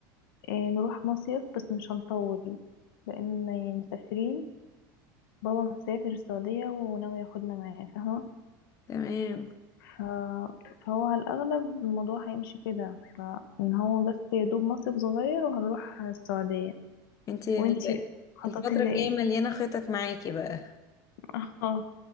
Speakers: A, on the left (about 80°); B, on the left (about 30°).
A: آه نروح مصيف بس مش هنطول لان يعني مسافرين بابا مسافر السعوديه وناوي ياخدنا معاه فاهمه
B: تمام
A: ف... فهو على الاغلب الموضوع هيمشي كده فان هو بس يا دوب مصيف صغير وهنروح السعوديه
B: انتي
A: وانتي
B: ال-
A: مخططين
B: الفترة الجاية
A: لايه
B: مليانة خطط معاكي بقى
A: <laughs> اه